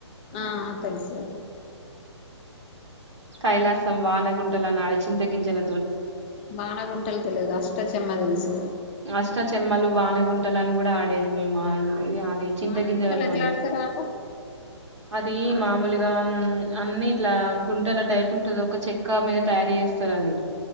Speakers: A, on the left; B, on the right.
A: ఆ తెలుసు
B: కైలాసం, వానగుంటలనాడ చింత గింజల
A: వాన గుంటలు తెలిదు అష్ట చెమ్మ తెలుసు
B: అష్ట చెమ్మలు వానగుంటలను గూడ ఆడేది మేము ఇగ ఆది చింత
A: వానగుంటలు
B: గింజలతోని
A: ఎట్లా ఆడతారు ఆట
B: అదీ మామూలుగ అన్ని ఇట్లా గుంటల టైప్ ఉంటది ఒక చెక్క మీద తయారు జే స్తరది